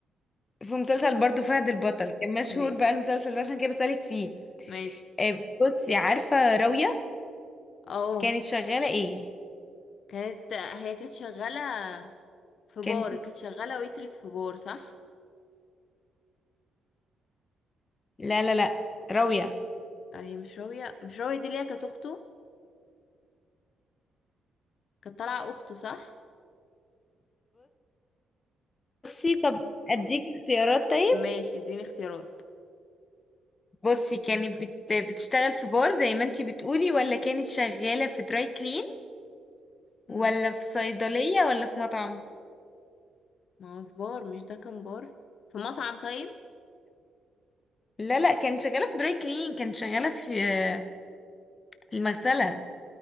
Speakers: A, on the left; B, on the left.
A: في مسلسل برضو فهد البطل كان مشهور
B: ماشي
A: بقى المسلسل ده عشان كده بسألك فيه
B: ماشي
A: آه، بصي عارفة راوية
B: اه
A: كانت شغالة ايه
B: كانت هي كانت شغالة في
A: كانت
B: بار كانت شغالة ويترس في بار صح
A: <laughs> لا لا لا راوية
B: آه، هي مش راوية مش راوية دي اللي هي كانت اخته كانت طالعة اخته صح
A: بصي طب اديك اختيارات طيب
B: ماشي اديني اختيارات
A: بصي كانت بت... بتشتغل في بار زي ما انتي بتقولي ولا كانت شغالة في دراي كلين ولا
B: أمم،
A: في صيدلية ولا في مطعم
B: ما هو في بار مش ده كان بار في مطعم طيب
A: لا لا كانت شغالة في دراي كلين كانت شغالة في آه، المغسلة